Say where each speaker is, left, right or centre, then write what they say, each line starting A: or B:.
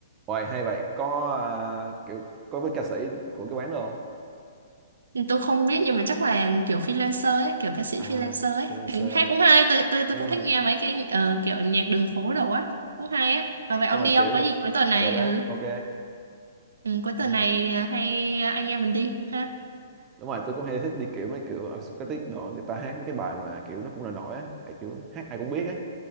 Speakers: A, on the right (about 25°); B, on the right (about 75°).
A: Hoài hay vậy có à, kiểu có với ca sĩ của cái quán đâu
B: Ừ, Tôi không biết nhưng mà chắc là kiểu freelancer ấy, kiểu ca sĩ
A: à
B: freelancer ấy.
A: freelancer
B: Tính hát cũng hay, tôi tôi tôi
A: thấy
B: cũng
A: cũng
B: thích
A: hay
B: nghe mấy cái ờ, kiểu nhạc đường phố đồ á, cũng hay á. Ờ, vậy ông
A: xong rồi
B: đi không?
A: kiểu
B: Có
A: người...
B: gì cuối tuần này
A: được á
B: ừ,
A: ok
B: ừ cuối tuần
A: ừ.
B: này à, hay à, anh em mình đi ha.
A: đúng rồi tôi cũng hay thích đi kiểu mấy kiểu acoustic đồ người ta hát mấy cái bài mà kiểu nó cũng là nổi á Tại kiểu hát ai cũng biết á